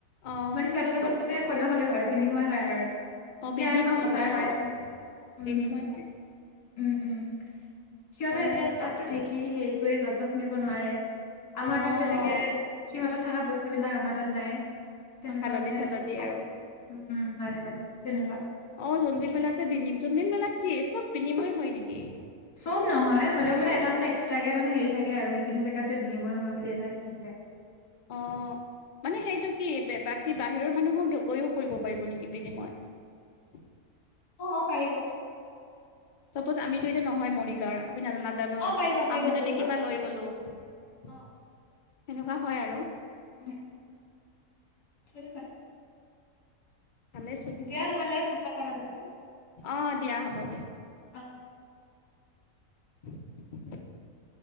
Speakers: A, on the left; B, on the left.
A: অ',
B: মানে সিহঁতৰ লগত মানে সলুৱ হলে হয় বিনিময় হয় আৰু <unintelligible>
A: অ',
B: সেয়া
A: বিনিময়
B: এখন বজাৰ হয়
A: অ',
B: উম
A: বিনিময় হয়
B: উম উম সিহঁতে
A: অ',
B: এতিয়া তাততো ঢেঁকী হেৰি কৰি জলপান শুনিব নোৱাৰে আমাৰ
A: অ'
B: তাত তেনেকে সিহঁতত থকা বস্তু বিলাক আমাৰ তাত নাই তেনেকুৱা
A: অ হালধি
B: মানে
A: চালধি
B: সেইবিলাক
A: আৰু
B: উম উম হয় হয় তেনেকুৱা
A: অ জুনবিল মেলাতে ভন্ম <unintelligible> জুনবিল মেলাট কি সব বিনিময় হয় নেকি
B: চব নহয় হলেও মানে এটা মানে এক্সট্ৰাকে মানে হেৰি থাকে আৰু সেইখিনি জেগাত <unintelligible> যে বিনিময় হোৱা বুলি এটা আহি থাকে
A: অ' মানে সেইটো কি বাকী বাহিৰৰ মানুহক গৈও কৰিব পাৰিব নেকি বিনিময় <unintelligible>
B: অঁঁ পাৰিব
A: তাৰপত আমিতো এতিয়া নহয় মৰিগাঁৱৰ নাজানো
B: অ পাৰিবা পাৰিবা
A: আমি যদি
B: বেলেগেও
A: কিবা
B: পাৰিব
A: লৈ গলোনে
B: অ
A: বা হয় আৰু
B: উম <unintelligible>
A: ভালেচোন
B: দিয়া নহলে পিছত কথা পাতিম
A: অ' দিয়া হ'ব দিয়া।
B: অহ
A: <unintelligible>